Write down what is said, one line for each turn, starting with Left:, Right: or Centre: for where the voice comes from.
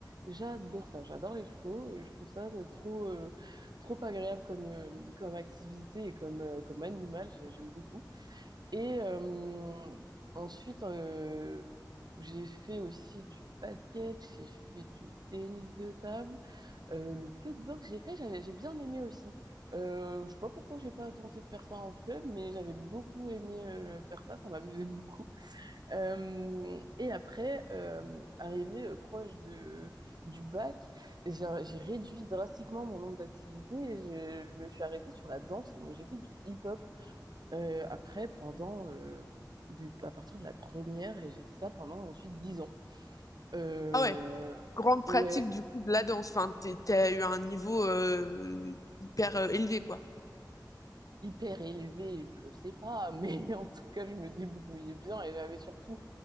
Right: j'adore ça, j'adore les chevaux, euh, je trouve ça de- trop, euh, trop agréable comme, euh, comme activité et comme, euh, comme animal, j'ai- j'aime beaucoup. Et euh, ensuite, euh, j'ai fait aussi du basket, j'ai fait du tennis de table. Euh, le peu de boxe que j'ai fait, j'avais, j'ai bien aimé aussi. Euh, je sais pas pourquoi j'ai pas tenté de faire ça en club, mais j'avais beaucoup aimé euh, faire ça, ça m'amusait beaucoup. Euh, et après, euh, arrivé euh, proche de du bac, j'ai j'ai réduit drastiquement mon nombre d'activités et je, je me suis arrêtée sur la danse, donc j'ai fait du hip-hop euh, après pendant euh, du- à partir de la première et j'ai fait ça pendant ensuite dix ans. Euh,
Left: Ah ouais. grande pratique
Right: ouais.
Left: du coup de la danse. Enfin, t'es- t'as eu un niveau euh, hyper euh, élevé, quoi.
Right: hyper élevé, je sais pas, <laughs> mais en tout cas, je me débrouillais bien et j'avais surtout